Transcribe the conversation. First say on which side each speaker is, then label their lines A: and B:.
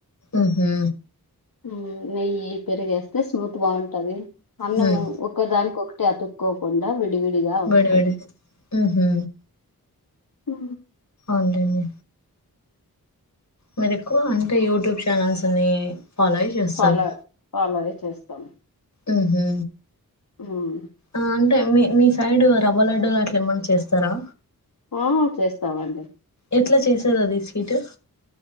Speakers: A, on the left; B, on the left.
A: ఉహు
B: ఉమ్ నెయ్యి, పెరిగేస్తే స్మూత్ బావుంటది. అన్నము
A: హ్మ్
B: ఒక దానికి ఒక అంటే అతుక్కోకుండా విడివిడిగా వస్తది.
A: వేడి వేడి ఉహు
B: ఉ
A: ఉండండి మీరు ఎక్కువ అంటే యూట్యూబ్ ఛానెల్స్ ని ఫాలో అయ్యి చేస్తారు.
B: ఫాలో ఫాలో అయి చేస్తాం
A: ఉహు
B: మ్
A: ఆ అంటే మీ మీ సైడ్ రవ్వ లడ్డూలు అట్లా ఏమన్నా చేస్తారా?
B: ఆ చేస్తామండి.
A: ఎట్లా చేసేది అది స్వీట్?